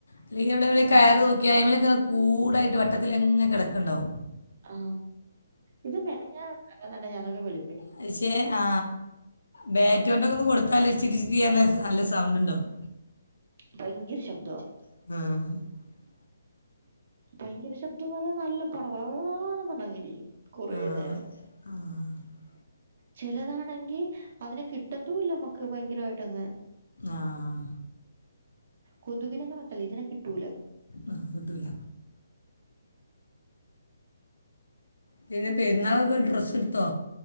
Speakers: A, on the left (about 70°); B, on the right (about 45°).
A: അല്ലെങ്കിൽവിടെ
B: ആ
A: കയർ തൂക്കിയ അയ്മലൊക്കെ കൂടായിട്ട് വട്ടത്തില ങ്ങെ കിടക്കണ്ടാവും.
B: ആ ഇത് മെനഞല്ല ഞാനൊക്കെ വിളി
A: പക്ഷെ ആ ബാറ്റ് കൊണ്ട് ഒന്ന് കൊടുത്താലോിരിച്ചി നല്ല സൗണ്ട്ണ്ടാവും
B: ഭയങ്കര ശബ്ദം
A: ആഹ്
B: ഭയങ്കര ശബ്ദം എന്ന് പറഞ്ഞാൽ നല്ല പടപടാന്ന് പറഞങ്ങ് രിക്കും കുറേ
A: ആ
B: നേരം
A: ആ
B: ചെലതാണെങ്കി അതിനെ കിട്ടത്തൂല്ല നമ്മുക്ക് ഭയങ്കരമായിട്ട് അങ്ങ്
A: ആഹ്
B: കൊതുകിനങ്ങളൊക്കെല്ലേ ഇതിനെ കിട്ടൂല
A: ആ, കിട്ടൂല പിന്നെ പെരുന്നാൾൊക്കെ ഡ്രസ്സ്ട്ത്തോ